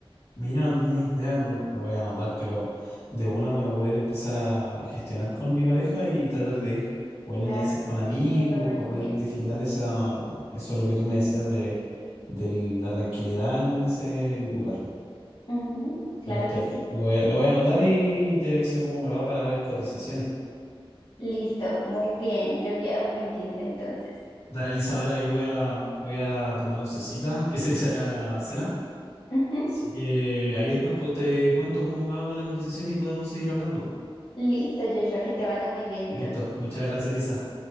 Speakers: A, on the left; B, on the left.
A: Mira, no tenía idea, lo, lo voy a anotar, pero de una para poder empezar a gestionar con mi pareja y tratar de ir, o en
B: Claro
A: una de esas con
B: que
A: amigos,
B: sí, te lo recomiendo.
A: para poder disfrutar esa, eso lo que tú me decías de, de la tranquilidad en ese lugar.
B: Ujú, claro
A: Me gustaría.
B: que sí.
A: Lo voy a, lo voy a anotar y te aviso cómo me va para ver cotizaciones.
B: Listo, muy bien, yo quedo pendiente entonces.
A: Dale, Elisa, ahora yo voy a, voy a tomar oncecita, que se dice acá la cena.
B: Ujú,
A: Así que ahí después po- te cuento cómo me va con la cotización y podemos seguir hablando.
B: Listo, Joshua, que te vaya muy bien entonces.
A: Listo, muchas gracias, Elisa.